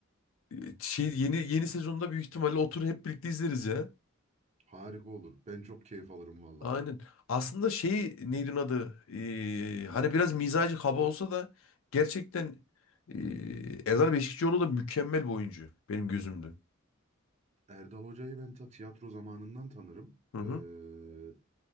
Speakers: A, on the left; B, on the right.
A: E, Şey
B: Hmm,
A: yeni yeni sezonda büyük ihtimalle otur hep birlikte izleriz ya.
B: Harika olur. Ben çok keyif alırım valla.
A: Aynen. Aslında şey neydi onun adı? E, hani biraz mizacı kaba olsa da gerçekten e, Erdal Beşikçioğlu da mükemmel bir oyuncu benim gözümde.
B: Erdal Hoca'yı ben ta tiyatro zamanından tanırım.
A: Hı hı.
B: Ee,